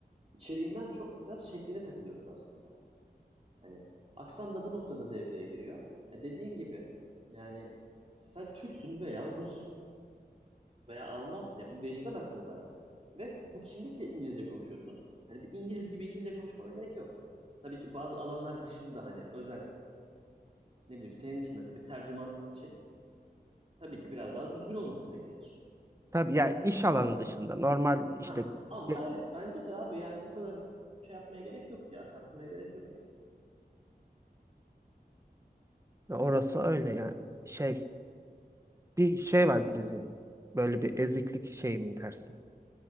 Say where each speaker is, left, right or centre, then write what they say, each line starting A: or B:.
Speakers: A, on the right (about 35°); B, on the right (about 15°).
A: içeriğinden çok biraz şekline takılıyoruz aslında. Hani aksan da bu noktada devreye giriyor. E dediğin gibi yani sen Türksün veya Rus veya Almansın ya bunu değiştiremezsin zaten. Ve bu kimlikle İngilizce konuşuyorsun. Hani bir İngiliz gibi İngilizce konuşmana gerek yok. Tabii ki bazı alanlar dışında hani özel ne bileyim senin için mesela bir tercüman için tabii ki biraz daha düzgün olması beklenir.
B: Tabii ya iş alanı dışında normal işte
A: Ha ama
B: e,
A: evet bence de abi yani bu kadar şey yapmaya gerek yok ya. Kasmaya gerek yok yani.
B: orası öyle yani şey bir şey var bizim böyle bir eziklik şey mi dersin?